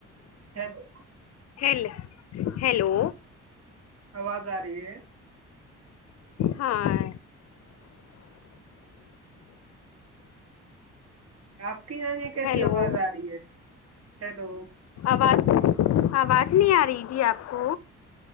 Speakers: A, on the right; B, on the left.
A: <unintelligible>
B: <unintelligible> hello
A: آواز آ رہی ہے
B: ہاں
A: آپ یہ کیسی
B: ہیلو
A: آواز آ رہی ہے ہیلو
B: آواز آواز نہیں آ رہی جی آپ کو